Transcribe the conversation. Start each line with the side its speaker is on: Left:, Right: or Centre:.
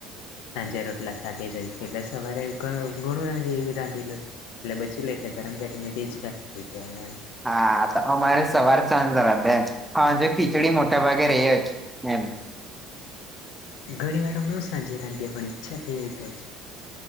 Left: સાંજે રોટલા સાતેેજ હોય, એટલે સવારે ઘણું રાી રાંધી લે. એટલે બચી લો એટલે ગરમ કરીને તેજ ઘટ થાઈ જાય એમ.
Centre: હા તો અમારે સવાર સાજ રાંધે એમ, હાંજે ખીચડી મોટા ભાગે રહી જ એમ
Left: ઘણી વાર હમણા સાંજે રાંધીએ પણ ઈચ્છા થઈ હો તોજ